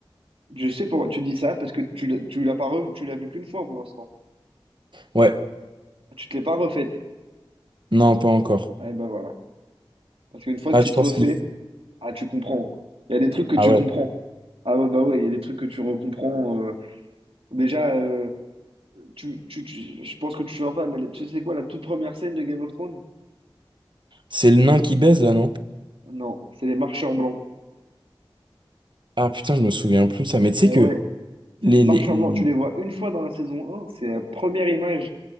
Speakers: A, on the right (about 80°); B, on the right (about 55°).
A: je sais pourquoi tu dis ça, parce que tu l'as tu l'as pas revu, tu l'as vu qu'une fois pour l'instant.
B: ouais,
A: Tu te l'es pas refaite.
B: non, pas encore.
A: Eh ben voilà. Parce qu'une fois
B: Ah,
A: que tu
B: je
A: te
B: pense
A: refais,
B: qu'il...
A: ah, tu comprends. Il y a des trucs que
B: Ah
A: tu
B: ouais.
A: comprends. Ah ouais, bah ouais, il y a des trucs que tu recomprends. euh. Déjà, euh, tu, tu, tu- je pense que tu vois pas, mais tu sais quoi, la toute première scène de Game of Thrones?
B: C'est le nain qui baise, là, non?
A: Non, c'est les marcheurs blancs.
B: Ah putain, je me souviens plus de ça. Mais tu sais
A: Eh
B: que...
A: ouais, c'est
B: Les,
A: les marcheurs
B: les... les-
A: blancs. Tu les vois une fois dans la saison 1, c'est la première image.